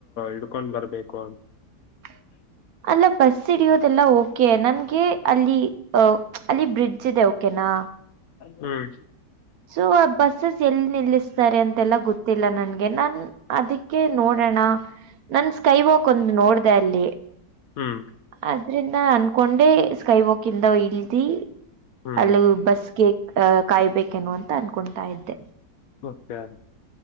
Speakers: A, on the left; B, on the right.
A: ಇಡ್ಕೊಂಡ್ ಬರ್ಬೇಕು ಅಂತ.
B: ಹ. ಅಲ್ಲ ಬಸ್ ಹಿಡಿಯೋದೆಲ್ಲ ಓಕೆ ನನ್ಗೆ. ಅಲ್ಲಿ ಅ ಅಲ್ಲಿ ಬ್ರಿಡ್ಜ್ ಇದೆ ಓಕೆನಾ.
A: ಹ್ಮ್.
B: ಸೊ ಆ ಬಸ್ಸಸ್ ಎಲ್ಲಿ ನಿಲ್ಲಿಸ್ತಾರೆ ಅಂತೆಲ್ಲ ಗೊತ್ತಿಲ್ಲ ನನ್ಗೆ ನಾನ್ ಅದಕ್ಕೆ ನೋಡೋಣ. ನನ್ ಸ್ಕೈವಾಾಕ್ ಒಂದು್ ನೋಡ್ದ ಅಲ್ಲಿ.
A: ಹ್ಮ್.
B: ಅದ್ರಿಂದ ಅನ್ಕೊಂಡೆ ಸ್ಕೈವಾಾಕ್ ಇಂದ ಇಲ್ದಿ
A: ಹ್ಮ್
B: ಅಲ್ಲಿ ಬಸ್ಗೆ. ಅಹ ಕಾಯ್ಬೇಕೇನು ಅಂತ ಅನ್ಕೊತಾ ಇದ್ದೆ.
A: ಓಕೆ.